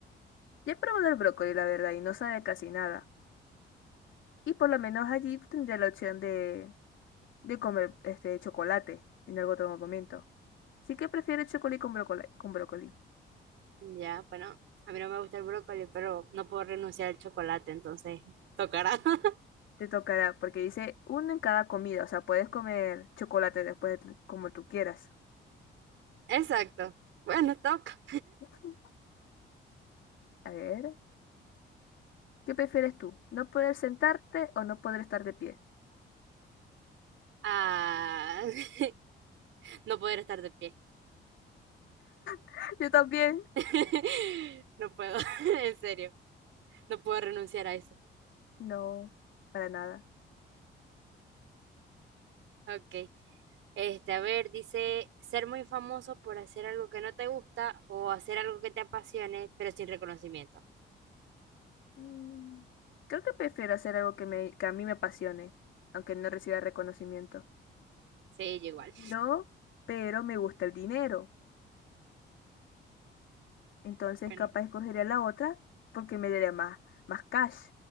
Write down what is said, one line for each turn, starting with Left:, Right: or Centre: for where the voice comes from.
Left: ya he probado el brócoli, la verdad, y no sabe casi nada. Y por lo menos allí tendría la opción de, de comer este chocolate en algún otro momento. Así que prefiero chocolate con brócoli, con brócoli.
Right: Ya, bueno, a mí no me gusta el brócoli, pero no puedo renunciar al chocolate, entonces tocará. <laughs>
Left: Te tocará, porque dice uno en cada comida, o sea, puedes comer chocolate después de- como tú quieras.
Right: Exacto. Bueno, toca.
Left: <laughs> A ver, ¿qué prefieres tú? ¿No poder sentarte o no poder estar de pie?
Right: Ah, <laughs> no poder estar de pie.
Left: <laughs> Yo también.
Right: <laughs> No puedo, <laughs> en serio, no puedo renunciar a eso.
Left: No, para nada.
Right: Ok. Este, a ver, dice, ser muy famoso por hacer algo que no te gusta o hacer algo que te apasione, pero sin reconocimiento.
Left: Mm, Creo que prefiero hacer algo que me, que a mí me apasione, aunque no reciba reconocimiento.
Right: Sí, yo igual.
Left: No, pero me gusta el dinero. Entonces
Right: Bueno.
Left: capaz escogería la otra porque me daría más, más cash.